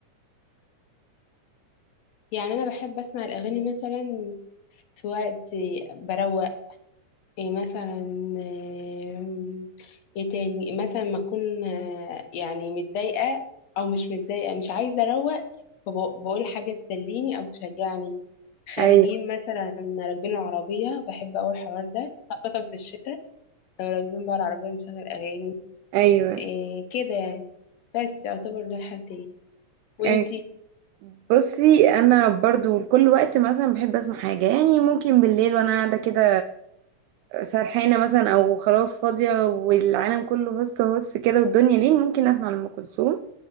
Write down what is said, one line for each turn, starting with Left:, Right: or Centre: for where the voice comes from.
Left: يعني أنا بحب أسمع الأغاني مثلا في وقت بروق إيه مثلا آم، إيه تاني مثلا ما أكون آه، يعني متضايقة أو مش متضايقة مش عايزة أروق فبقول حاجة تسليني أو تشجعني خارجين
Right: أيوة
Left: مثلا راكبين العربية بحب أوي الحوار ده خاصة في الشتاء لو راكبين بقى العربية نشغل أغاني
Right: أيوة
Left: إيه كده يعني بس يعتبر ده الحالتين وانتي
Right: يعني بصي أنا برضو لكل وقت مثلا بحب أسمع حاجة يعني ممكن بالليل وأنا قاعدة كده سرحانة مثلا أو خلاص فاضية والعالم كله هس هس كده والدنيا ليل ممكن أسمع لأم كلثوم